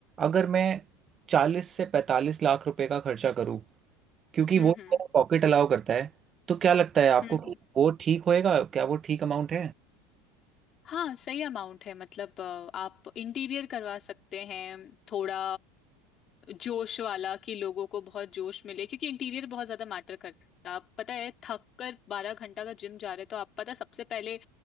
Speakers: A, on the right; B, on the left.
A: अगर मैं चालीस से पैंतालीस लाख रुपए का खर्चा करूँ क्योंकि
B: हम्म
A: वो
B: हम्म
A: मेरा पॉकेट अलाउ करता है तो क्या लगता है आपको
B: हम्म,
A: कि
B: हम्म।
A: वो ठीक होएगा क्या वो ठीक अमाउंट
B: हाँ सही अमाउंट है मतलब अ, आप इंटीरियर करवा सकते हैं थोड़ा जोश वाला कि लोगों को बहुत जोश मिले क्योंकि इंटीरियर बहुत ज्यादा मैटर करता है आप पता है थक कर बारह घंटा का जिम जा रहे हो तो आप पता है, सबसे पहले